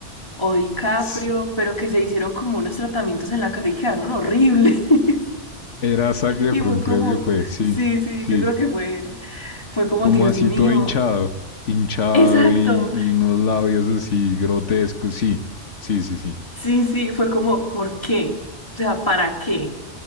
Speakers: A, on the left; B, on the left.
A: o DiCaprio,
B: Sí.
A: pero que se hicieron como unos tratamientos en la cara y quedaron horribles. <laughs>
B: Era Zac Efron,
A: Y fue como,
B: creo que fue, sí,
A: sí, sí,
B: sí.
A: yo creo que fue él. Fue como,
B: Como
A: Dios
B: así
A: mío,
B: todo hinchado, hinchado
A: exacto.
B: y, y unos labios así grotescos, sí, sí, sí, sí.
A: Sí, sí, fue como, ¿por qué? O sea, ¿para qué?